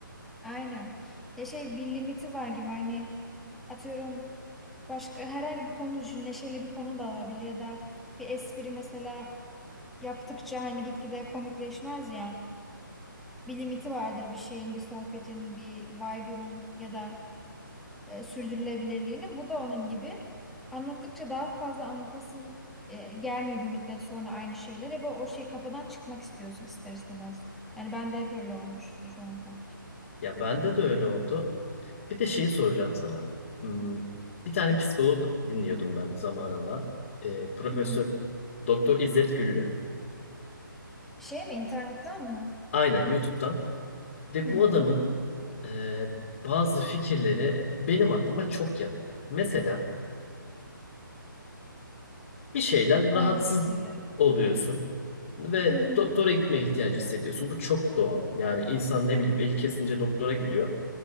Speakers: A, in the centre; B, on the left.
A: Aynen. Ya şey bir limiti var gibi hani atıyorum başka herhangi bir konu düşün. Neşeli bir konu da olabilir ya da bir espri mesela yaptıkça hani gitgide komikleşmez ya. Bir limiti vardır bir şeyin, bir sohbetin, bir vibe'ının ya da e, sürdürülebilirliğinin. Bu da onun gibi. Anlattıkça daha fazla anlatasın e, gelmiyor bir müddet sonra aynı şeyler. Ve o şey kafadan çıkmak istiyorsun ister istemez. Yani ben de hep öyle olmuştu şu ana kadar.
B: Ya bende de öyle oldu. Bir de şeyi soracağım sana. Hmm, Bir tane psikolog dinliyordum ben zamanında. Ee, Profesör
A: Hı hı.
B: Doktor İzzet Güllü.
A: Şey mi internetten mi?
B: Aynen YouTube'dan. Ve
A: Hı.
B: bu adamın e, bazı fikirleri benim aklıma çok yattı. Mesela bir şeyden
A: Hangi
B: rahatsız
A: fikirle?
B: oluyorsun ve
A: Hı hı.
B: doktora gitmeye ihtiyacı hissediyorsun. Bu çok doğal. Yani insan ne bileyim eli kesince doktora gidiyor.